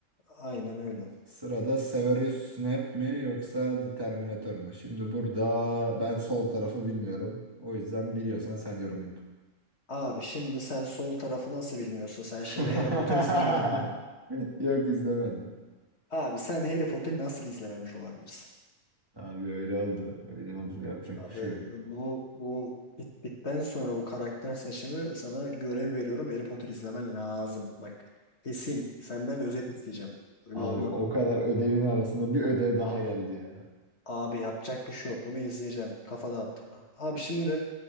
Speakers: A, on the left; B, on the right.
A: Aynen öyle.
B: Sırada Severus Snape mi yoksa The Terminator mu? Şimdi burada ben sol tarafı bilmiyorum. O yüzden biliyorsan sen yorum yap.
A: Abi şimdi sen sol tarafı nasıl bilmiyorsun? Sen
B: <laughs>
A: şimdi Harry Potter izlemedin mi?
B: Yok izlemedim.
A: Abi sen Harry Potter'ı nasıl izlememiş olabilirsin?
B: Abi öyle oldu. Öyle oldu. Yapacak
A: Abi
B: bir şey yok.
A: bu bu bittikten sonra bu karakter seçimi sana görev veriyorum. Harry Potter izlemen lazım. Bak kesin senden özet isteyeceğim. Öyle
B: Abi
A: olma.
B: o kadar ödevin arasında bir ödev daha geldi ya.
A: Abi yapacak bir şey yok. Bunu izleyeceksin. Kafada attırma. Abi şimdi